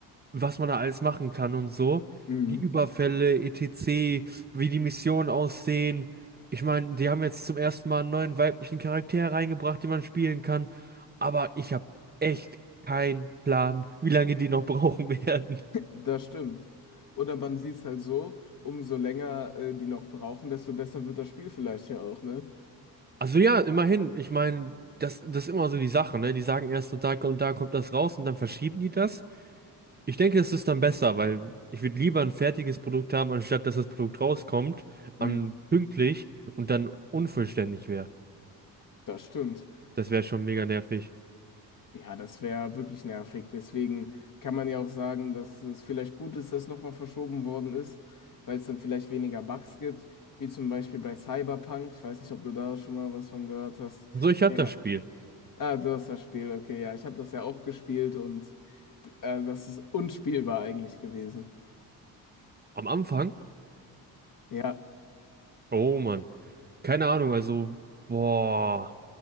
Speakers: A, on the right (about 20°); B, on the left (about 45°).
A: was man da alles machen kann und so.
B: Mhm.
A: Die Überfälle, etc., wie die Missionen aussehen. Ich meine, die haben jetzt zum ersten Mal einen neuen weiblichen Charakter reingebracht, den man spielen kann. Aber ich habe echt keinen Plan, wie lange die noch <laughs> brauchen werden.
B: Das stimmt. Oder man sieht es halt so, umso länger äh, die noch brauchen, desto besser wird das Spiel vielleicht ja auch, ne?
A: Also ja, immerhin. Ich meine, das, das ist immer so die Sache, ne? Die sagen erst, und da kommt, da kommt das raus und dann verschieben die das. Ich denke, es ist dann besser, weil ich würde lieber ein fertiges Produkt haben, anstatt dass das Produkt rauskommt,
B: Mhm.
A: an pünktlich und dann unvollständig wäre.
B: Das stimmt.
A: Das wäre schon mega nervig.
B: Ja, das wäre wirklich nervig. Deswegen kann man ja auch sagen, dass es vielleicht gut ist, dass nochmal verschoben worden ist, weil es dann vielleicht weniger Bugs gibt, wie zum Beispiel bei Cyberpunk. Ich weiß nicht, ob du da schon mal was von gehört hast.
A: So, ich habe
B: Ja.
A: das Spiel.
B: Ah, du hast das Spiel, okay, ja. Ich habe das ja auch gespielt und äh, das ist unspielbar eigentlich gewesen.
A: Am Anfang?
B: Ja.
A: Oh Mann. Keine Ahnung, also, boah.